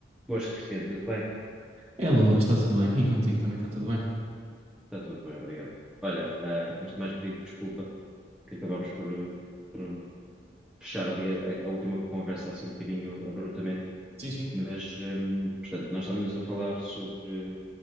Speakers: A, in the centre; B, on the right (about 35°).
A: Boas, Cristiano, tudo bem?
B: Hello, Luís, está tudo bem? E contigo também está tudo bem?
A: Está tudo bem, obrigado. Olha, ah, antes de mais pedir desculpa que acabámos por, uh, por fechar ali a, a última conversa assim um bocadinho abruptamente,
B: Sim, sim.
A: mas, hum, portanto, nós estávamos a falar sobre